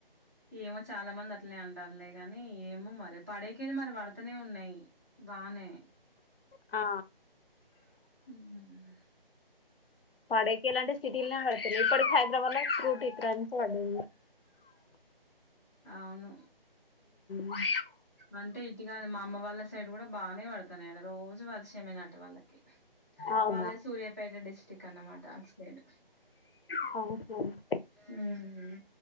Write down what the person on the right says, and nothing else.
ఏమో చాలా మంది అట్లే అంటారులే గాని ఏమో మరి పడేకిది మరి పడతనే ఉన్నాయి బానే
మ్
అవును
అంటే ఇటుగా మా అమ్మ వాళ్ళ సైడ్ కూడా బానే పడతన్నాయి ఆడ రోజు వర్షమేనట వాళ్ళకి
వాళ్ళే సూర్యాపేట డిస్ట్రిక్ట్ అన్నమాట అటు సైడ్
ఉమ్